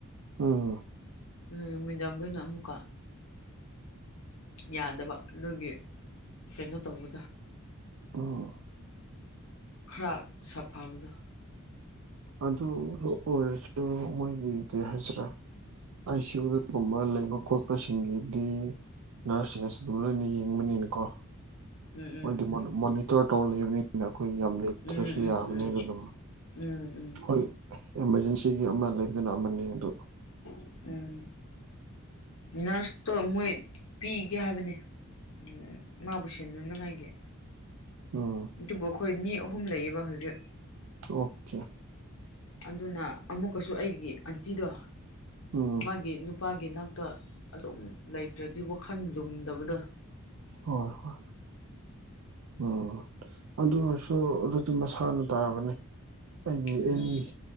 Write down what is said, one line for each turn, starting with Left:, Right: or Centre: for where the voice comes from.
Right: ꯎ
Left: ꯑꯗꯨ ꯅꯨꯃꯤꯗꯥꯡꯗꯅ ꯑꯃꯨꯛꯀ ꯌꯥꯗꯕ ꯑꯗꯨꯒꯤ ꯀꯩꯅꯣ ꯇꯧꯕꯗ
Right: ꯑ
Left: ꯈꯔ ꯁꯥꯐꯕꯗꯣ
Right: ꯑꯗꯨ ꯑꯣꯏꯔꯁꯨ ꯃꯣꯏꯒꯤ ꯀꯩ ꯍꯥꯏꯁꯤꯔꯥ ꯑꯥꯏ ꯁꯤ ꯌꯨꯒꯨꯝꯕ ꯂꯩꯕ ꯈꯣꯠꯄꯁꯤꯡꯒꯤꯗꯤ ꯅꯔꯁꯁꯤꯡꯅꯁꯨ ꯑꯗꯨꯝ ꯂꯣꯏꯅ ꯌꯦꯡꯕꯅꯤꯅꯀꯣ
Left: ꯎꯝ
Right: ꯃꯣꯏꯗꯤ ꯃꯣꯅꯤꯇꯔ ꯇꯧꯔ ꯂꯩꯕꯅꯤꯅ ꯑꯩꯈꯣꯏ ꯌꯥꯝ ꯂꯩꯇ꯭ꯔꯁꯨ
Left: ꯎꯝ ꯎꯝ ꯎꯝ
Right: ꯌꯥꯕꯅꯤꯅ
Left: ꯎꯝ
Right: ꯑꯗꯨꯝ
Left: ꯎꯝ ꯎꯝ
Right: ꯍꯣꯏ ꯑꯦꯃꯥꯔꯖꯦꯟꯁꯤꯒꯤ ꯑꯃ ꯂꯩꯕꯗꯨꯅ ꯑꯃꯅꯤ ꯑꯗꯨꯗ
Left: ꯎꯝ ꯅꯔꯁꯇꯣ ꯃꯣꯏ ꯄꯤꯒꯦ ꯍꯥꯏꯕꯅꯦ ꯎꯝ ꯃꯥꯕꯨꯁꯅꯅꯉꯒꯦ
Right: ꯎꯝ
Left: ꯑꯗꯨꯕꯨ ꯑꯩꯈꯣꯏ ꯃꯤ ꯑꯍꯨꯝ ꯂꯩꯌꯦꯕ ꯍꯧꯁꯨ
Right: ꯑꯣꯀꯦ
Left: ꯑꯗꯨꯅ ꯑꯃꯨꯛꯀꯁꯨ ꯑꯩꯒꯤ ꯑꯟꯇꯤꯗꯣ
Right: ꯎꯝ
Left: ꯃꯥꯒꯤ ꯅꯨꯄꯥꯒꯤ ꯏꯅꯥꯛꯇ ꯑꯗꯨꯝ ꯂꯩꯇ꯭ꯔꯗꯤ ꯋꯥꯈꯜ ꯂꯨꯝꯗꯕꯗ
Right: ꯍꯣꯏ ꯍꯣꯏ ꯑꯣ ꯑꯗꯨ ꯑꯣꯏꯔꯁꯨ ꯑꯗꯨꯗꯤ ꯃꯁꯥꯅ ꯇꯥꯕꯅꯤ ꯍꯥꯏ
Left: ꯎꯝ
Right: ꯑꯦꯅꯤ